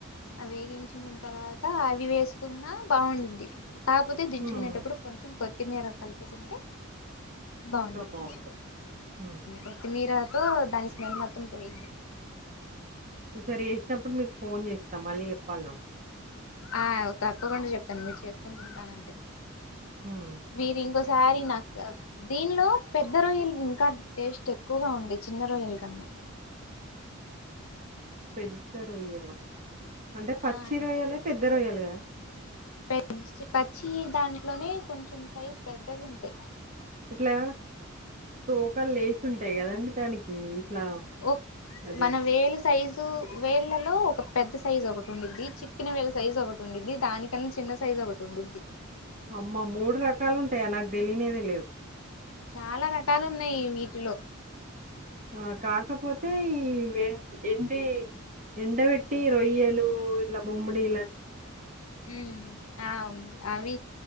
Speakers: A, on the left; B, on the right.
A: అ వేగించుకున్న తర్వాత అవి వేసుకున్నా బాగుంటది కాకపోతే దించుకునేటప్పుడు
B: హ్మ్.
A: కొంచెం కొత్తిమీర కలుపుకుంటే బాగుండేది
B: ఇంకా బావుంటాయి. హ్మ్.
A: కొత్తిమీర ో దాని స్మెల్ మొత్తం పోయిద్ది
B: ఈసారి వేసినప్పుడు మీకు ఫోన్ చేస్తా మళ్ళీ చెప్పాల నాకు
A: ఆ తప్పకుండా చెప్తాను మీరు చేసుకుని తింటానంటే
B: హ్మ్.
A: మీరు ఇంకోసారి నాకు దీనిలో పెద్ద రొయ్యలు ఇంకా టేస్ట్ ఎక్కువగా ఉండే చిన్న రొయ్యల కన్నా
B: పెద్ద రొయ్యలా అంటే పచ్చి
A: ఆ
B: రొయ్యలే పెద్ద రొయ్యలు కదా
A: పె పచ్చి దాంట్లోనే కొంచెం సైజు పెద్దవి ఉంటాయి
B: ఇట్లా తోకలు లేసి ఉంటాయి కదండి దానికి ఇట్లా
A: ఓ
B: అది
A: మన వేలు సైజు వేళ్ళలో ఒక పెద్ద సైజ్ ఒకటి ఉండిది. చిట్కిన వేళ్ళ సైజ్ ఒకటి ఉండిది దానికన్నా చిన్న సైజు ఒకటి ఉండిద్ది
B: అమ్మ మూడు రకాలుంటాయా నాకు దెలియనే తెలేదు.
A: చాలా రకాలు ఉన్నాయి వీటిలో
B: ఆ కాకపోతే ఈం ఎండి ఎండ పెట్టి రొయ్యలు ఇలా బొమ్మడిలాని
A: ఉ ఆ అవి